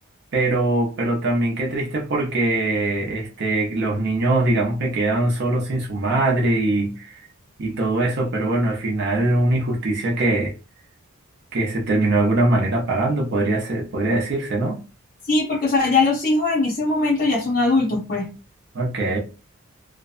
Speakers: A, on the right; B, on the left.
A: pero, pero también qué triste porque este, los niños, digamos que quedan solos sin su madre y, y todo eso, pero bueno, al final una injusticia que, que se terminó de alguna manera pagando, podría ser, podría decirse, ¿no?
B: Sí, porque o sea, ya los hijos en ese momento ya son adultos, pues.
A: Ok.